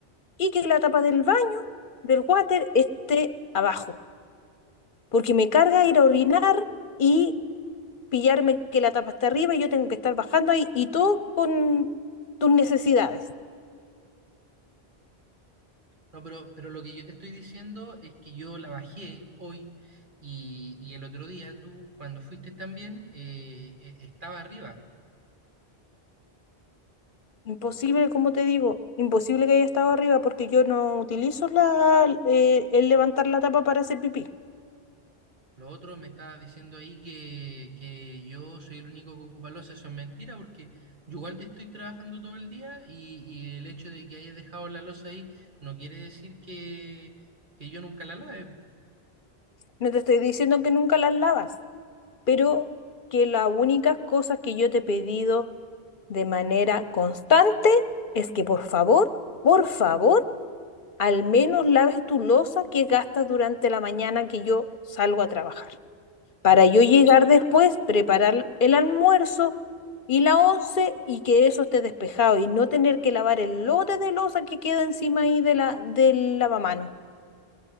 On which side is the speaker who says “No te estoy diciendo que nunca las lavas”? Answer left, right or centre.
Left